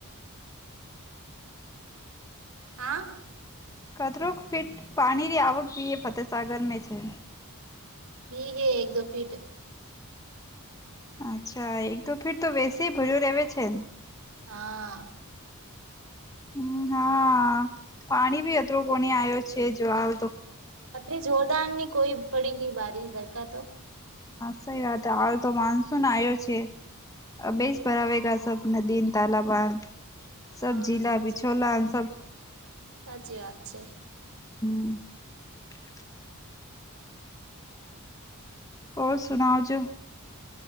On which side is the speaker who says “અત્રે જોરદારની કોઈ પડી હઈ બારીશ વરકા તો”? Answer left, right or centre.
Right